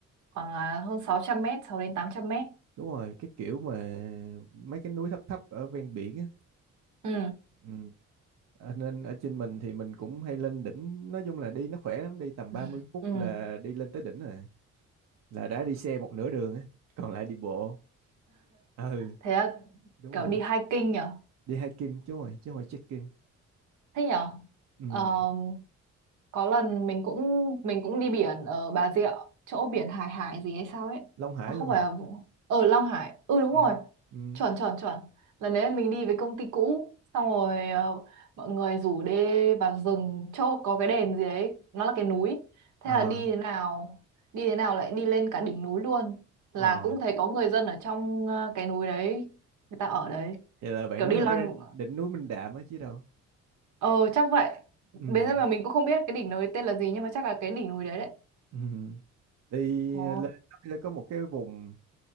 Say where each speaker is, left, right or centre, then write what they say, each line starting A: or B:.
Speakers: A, on the right (about 75°); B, on the right (about 60°).
A: khoảng là hơn 600 mét, sáu đến tám trăm mét.
B: đúng rồi cái kiểu mà mấy cái núi thấp thấp ở ven biển á
A: Ừ.
B: ừ. À, nên ở trên mình thì mình cũng hay lên đỉnh nói chung là đi nó khỏe lắm đi tầm
A: <laughs>
B: ba mươi phút
A: Ừ.
B: là đi lên tới đỉnh rồi là đã đi xe một nửa đường á còn lại đi bộ ừ
A: Thế là
B: đúng
A: kiểu
B: rồi
A: đi hiking nhở?
B: đi hiking chứ rồi chứ không phải trekking
A: Thế nhở?
B: ừ.
A: Ờ, có lần mình cũng mình cũng đi biển ở Bà Rịa, chỗ biển Hải Hải gì hay sao ấy.
B: Long Hải
A: Nó không
B: luôn
A: phải
B: hả
A: là ở Long Hải. Ừ đúng
B: ừ.
A: rồi.
B: Ừ.
A: chuẩn chuẩn chuẩn lần đấy mình đi với công ty cũ xong rồi ờ, mọi người rủ đi vào rừng chỗ có cái đền gì đấy nó là cái núi thế
B: ờ
A: là đi thế nào đi thế nào lại đi lên cả đỉnh núi luôn là
B: ờ
A: cũng thấy có người dân ở trong ờ, cái núi đấy người ta ở đấy
B: vậy là bạn
A: kiểu
B: nói
A: đi
B: là
A: loanh
B: cái đỉnh núi Minh Đạm á chứ đâu
A: ờ chắc vậy
B: ừ.
A: bây giờ mà mình cũng không biết cái đỉnh núi tên là gì nhưng mà chắc là cái đỉnh núi đấy đấy
B: Ừ. đi
A: ồ
B: lên nó có một cái vùng